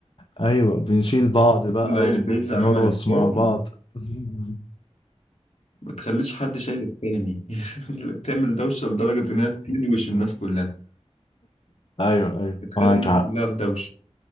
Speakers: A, on the left; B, on the left.
A: أيوة بنشيل بعض بقى
B: تلاقي البيزا
A: ونرقص
B: عملت بوم
A: مع بعض <laughs>
B: ما تخليش حد شايف التاني <laughs> اللي بتعمل دوشة لدرجة إنها تلوش الناس كلها
A: أيوة أيوة
B: بتخلي
A: معاك
B: الناس
A: حق
B: كلها في دوشة